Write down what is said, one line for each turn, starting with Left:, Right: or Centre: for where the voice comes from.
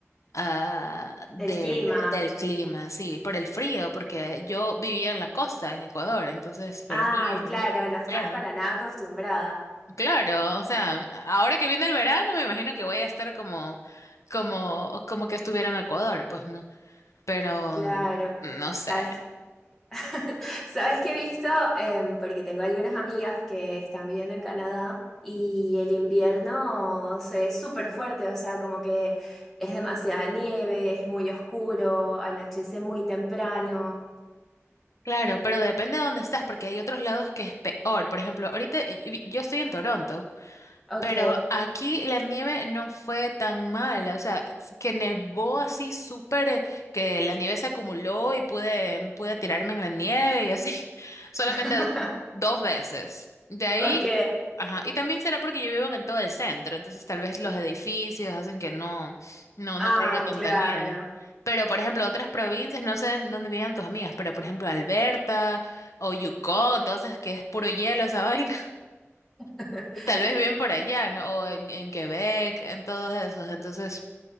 Left: ah, del,
Centre: Del clima.
Left: del clima, sí, por el frío, porque yo vivía en la costa, en Ecuador, entonces para
Centre: Ay,
Left: mí,
Centre: claro, no estabas
Left: claro,
Centre: para nada acostumbrada.
Left: claro, o sea, ahora que viene el verano, me imagino que voy a estar como, como, como que estuviera en Ecuador, pues no, pero
Centre: Claro,
Left: mm, no
Centre: sabes,
Left: sé.
Centre: <laughs> sabes que he visto, Em, porque tengo algunas amigas que están viviendo en Canadá y el invierno se ve súper fuerte, o sea, como que es demasiada nieve, es muy oscuro, anochece muy temprano.
Left: Claro, pero depende de dónde estás, porque hay otros lados que es peor. Por ejemplo, ahorita y- y- yo estoy en Toronto.
Centre: Ok,
Left: Pero aquí la nieve no fue tan mala, o sea, s- que nevó así súper, eh, que la nieve se acumuló y pude, pude tirarme en la nieve y así, <laughs> solamente
Centre: <laughs>
Left: dos veces. De ahí,
Centre: ok.
Left: ajá, y también será porque yo vivo en todo el centro, entonces tal vez los edificios hacen que no, no,
Centre: Ah,
Left: no caiga tanta
Centre: claro.
Left: nieve. Pero, por ejemplo, otras provincias, no sé en dónde vivían tus amigas, pero, por ejemplo, Alberta o Yukon, entonces que es puro hielo esa <laughs> vaina.
Centre: <laughs>
Left: Tal vez bien por allá, ¿no? O en, en Quebec, en todos esos. Entonces,